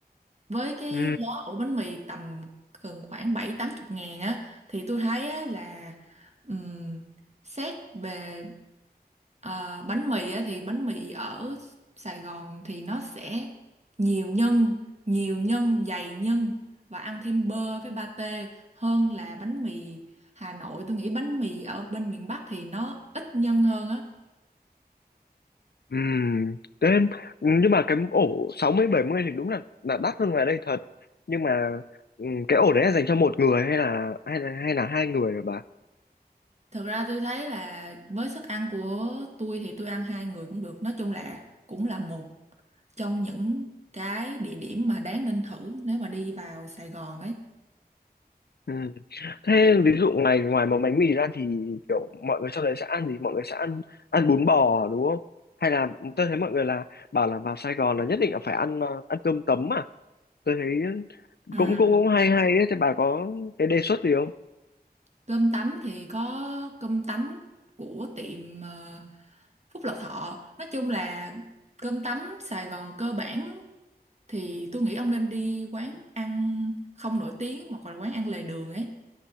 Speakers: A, on the right; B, on the left.
A: với cái
B: Ừ,
A: giá ổ bánh mì tầm gần khoảng bảy tám chục ngàn á thì tôi thấy á, là ừm, xét về ờ, bánh mì á, thì bánh mì ở Sài Gòn thì nó sẽ nhiều nhân nhiều nhân dày nhân và ăn thêm bơ với pate hơn là bánh mì Hà Nội tôi nghĩ bánh mì ở bên miền Bắc thì nó ít nhân hơn á
B: ừ, đến nhưng mà cái ổ sáu mươi bảy mươi thì đúng là là đắt hơn ngoài đây thật. Nhưng mà ừ, cái ổ đấy là dành cho một người hay là hay là hay là hai người hả bà?
A: Thật ra tôi thấy là với sức ăn của tôi thì tôi ăn hai người cũng được. Nói chung là cũng là một trong những cái địa điểm mà đáng nên thử nếu mà đi vào Sài Gòn ấy.
B: Ừ. Thế ví dụ ngoài ngoài một bánh mì ra thì kiểu mọi người trong đấy sẽ ăn gì? Mọi người sẽ ăn ăn bún bò đúng không? Hay là tôi thấy mọi người là bảo là vào Sài Gòn là nhất định là phải ăn ờ, ăn cơm tấm à? Tôi thấy
A: Ừ.
B: cũng cũng cũng hay hay ấy. Thế bà có cái đề xuất gì không?
A: Cơm tấm thì có cơm tấm của tiệm ờ, Phúc Lộc Thọ. Nói chung là cơm tấm Sài Gòn cơ bản thì tôi nghĩ ông nên đi quán ăn không nổi tiếng hoặc là quán ăn lề đường ấy.